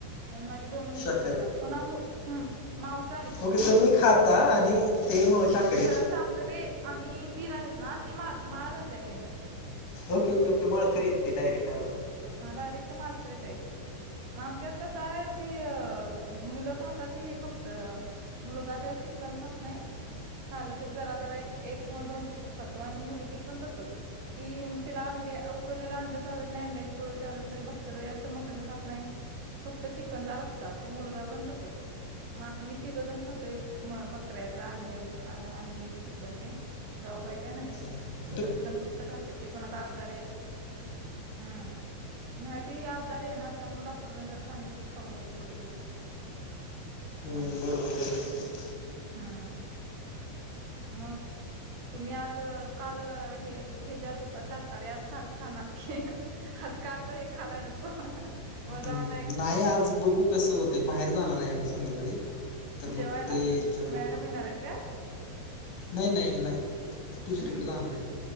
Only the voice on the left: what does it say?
शाकाहारी
ओके तुम्ही खाता आणि ते म शाकारी.
ओके ओके ओके मा कररीतते डयरेट हा.
हम्म,
हम्म
बरोबर बरोबर.
हम्म,
नाही आज बघू कसं होत बाहेर जाणार आहे आम्ही संध्याकाळी तर मग
ते
याच्यावर
नाही नाही नाही. दुसरीकडे
जाणार
आहे